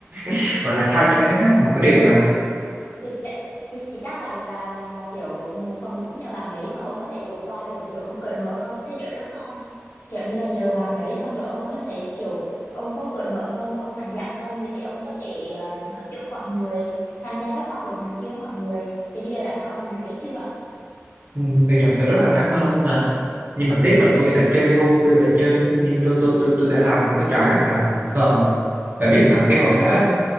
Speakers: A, on the right (about 40°); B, on the left (about 50°).
A: <laughs> gọi là khai sáng á,
B: ok
A: một cái điều mà
B: thì, thì thì chắc là là là kiểu một phần cũng nhờ bạn đấy mà ông có thể vượt qua được kiểu ông cởi mở hơn với thế giới đúng không kiểu như là nhờ bạn đấy xong rồi ông mới có thể kiểu ông có cởi mở hơn ông mạnh dạn hơn để ông có thể à, nói chuyện với mọi người tham gia các hoạt động này kia với mọi người thì bây giờ đã cảm ơn bạn đấy chưa
A: ừ, thì thật sự rất là cảm ơn nhưng mà
B: cảm ơn.
A: nhưng mà tiếc
B: Ừm,
A: là tôi đã chơi ngu tôi đã chơi nhưng tôi tôi tôi tôi đã làm một cái trò rất là khờ bà biết mà cái hồi
B: làm
A: đó
B: gì